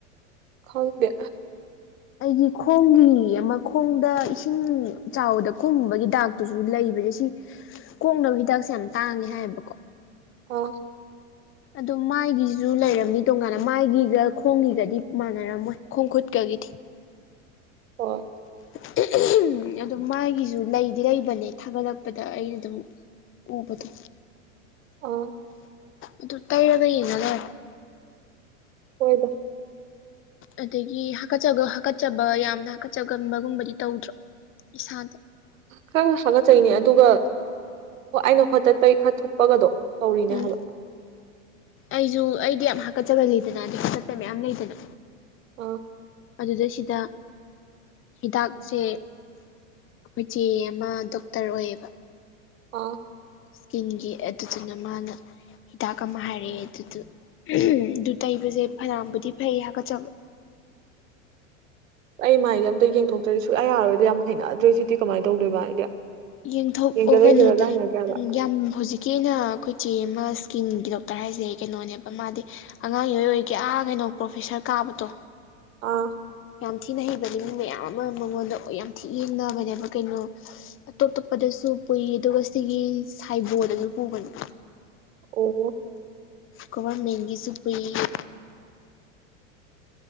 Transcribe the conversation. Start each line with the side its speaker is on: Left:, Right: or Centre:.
Right: ꯈꯪꯗꯦ
Left: ꯑꯩꯒꯤ ꯈꯣꯡꯒꯤ ꯑꯃ ꯈꯣꯡꯗ ꯏꯁꯤꯡ ꯆꯥꯎꯕꯗ ꯈꯨꯝꯕꯒꯤ ꯗꯥꯛꯇꯨꯁꯨ ꯂꯩ ꯁꯦ ꯁꯤ ꯀꯣꯡꯅꯕ ꯍꯤꯗꯥꯛꯁꯦ ꯌꯥꯝ ꯇꯥꯡꯉꯦ ꯍꯥꯏꯌꯦꯕꯀꯣ
Right: ꯑꯣ
Left: ꯑꯗꯣ ꯃꯥꯏꯒꯤꯁꯨ ꯂꯩꯔꯝꯅꯤ ꯇꯣꯡꯉꯥꯟꯅ ꯃꯥꯏꯒꯤꯒ ꯈꯣꯡꯒꯤꯒꯗꯤ ꯃꯥꯟꯅꯔꯝꯃꯣꯏ ꯈꯣꯡ ꯈꯨꯨꯠ ꯀꯔꯤꯒꯤ
Right: ꯍꯣꯏ
Left: <inaudible> ꯑꯗꯨꯝ ꯃꯥꯒꯤꯁꯨ ꯂꯩꯗꯤ ꯂꯩꯕꯅꯦ ꯊꯥꯒꯠꯂꯛꯄꯗ ꯑꯩ ꯑꯗꯨꯝ ꯎꯕꯗꯣ
Right: ꯑꯥ
Left: ꯑꯗꯨ ꯇꯩꯔꯒ ꯌꯦꯡꯉ ꯂꯦ
Right: ꯍꯣꯏꯗ
Left: ꯑꯗꯒꯤ ꯍꯥꯀꯠꯆ ꯍꯥꯀꯠꯆꯕ ꯌꯥꯝꯅ ꯍꯥꯀꯠꯆꯒꯟꯕꯒꯨꯝꯕꯗꯤ ꯇꯧꯗ꯭ꯔꯣ ꯏꯁꯥꯗ
Right: ꯈꯔ ꯍꯥꯒꯠꯆꯩꯅꯦ ꯑꯗꯨꯒ ꯑꯩꯅ ꯍꯣꯠꯇꯠꯄꯒꯤ ꯈꯔ ꯊꯨꯞꯄꯒꯗꯣ ꯇꯧꯔꯤꯅꯦ
Left: ꯎꯝ
Right: ꯍꯥꯏꯕ
Left: ꯑꯩꯁꯨ ꯑꯩꯗꯤ ꯌꯥꯝ ꯍꯥꯀꯠꯆꯕ ꯂꯩꯗꯅ ꯑꯗꯨ ꯍꯥꯀꯠꯄ ꯃꯌꯥꯝ ꯂꯩꯗꯅ
Right: ꯑꯣ
Left: ꯑꯗꯨꯗꯩꯁꯤꯗ ꯍꯤꯗꯥꯛꯁꯦ ꯑꯩꯈꯣꯏ ꯆꯦ ꯑꯃ ꯗꯣꯛꯇꯔ ꯑꯣꯏꯌꯦꯕ
Right: ꯑ
Left: ꯏꯁꯀꯤꯟꯒꯤ ꯑꯗꯨꯗꯨꯅ ꯃꯥꯅ ꯍꯤꯗꯥꯛ ꯑꯃ ꯍꯥꯏꯔꯛꯑꯦ ꯑꯗꯨꯗ ꯑꯗꯨ ꯇꯩꯕꯁꯦ ꯐꯅꯌꯥꯝꯕꯨꯗꯤ ꯐꯩ ꯍꯥꯀꯠꯆꯕ
Right: ꯑꯩ ꯃꯥꯏꯗꯤ ꯑꯝꯇ ꯌꯦꯡꯊꯣꯛꯇ꯭ꯔꯗꯤ ꯁꯨꯛꯌꯥ ꯌꯥꯔꯣꯏꯗꯤ ꯌꯥꯝ ꯍꯩꯅꯗ꯭ꯔꯦ ꯁꯤꯗꯤ ꯀꯃꯥꯏꯅ ꯇꯧꯗꯣꯏꯕ ꯑꯩꯗꯤ
Left: ꯌꯦꯡꯊꯣꯛꯑꯣ
Right: ꯌꯦꯡꯖꯜꯂ
Left: ꯀꯩꯅꯣꯗ
Right: ꯌꯦꯡꯖꯜꯂꯒ ꯍꯩꯅꯗ꯭ꯔꯦ ꯍꯥꯏꯕ
Left: ꯎꯝ ꯌꯥꯝ ꯍꯧꯖꯤꯛꯀꯤ ꯑꯣꯏꯅ ꯑꯩꯈꯣꯏꯆꯦ ꯑꯃ ꯁ꯭ꯀꯤꯟꯒꯤ ꯗꯣꯛꯇꯔ ꯍꯥꯏꯁꯦ ꯀꯩꯅꯣꯅꯦꯕ ꯃꯥꯗꯤ ꯑꯉꯥꯡ ꯌꯏ ꯑꯣꯏꯒꯌꯥ ꯀꯩꯅꯣ ꯄ꯭ꯔꯣꯐꯦꯁꯔ ꯀꯥꯕꯗꯣ
Right: ꯑꯥ
Left: ꯌꯥꯝ ꯊꯤꯅ ꯍꯩꯕꯗꯤ ꯃꯤ ꯃꯌꯥꯝ ꯑꯃ ꯃꯉꯣꯟꯗ ꯌꯥꯝ ꯊꯤ ꯌꯦꯡꯅꯕꯅꯦꯕ ꯀꯩꯅꯣ ꯇꯣꯞ ꯇꯣꯞꯄꯗꯁꯨ ꯄꯨꯏ ꯑꯗꯨꯒ ꯁꯤꯒꯤ ꯁꯥꯏꯕꯣꯔꯗꯁꯨ ꯄꯨꯒꯅꯤ
Right: ꯑꯣ
Left: ꯀꯃꯔꯃꯦꯁꯨ ꯄꯥꯏꯅꯤ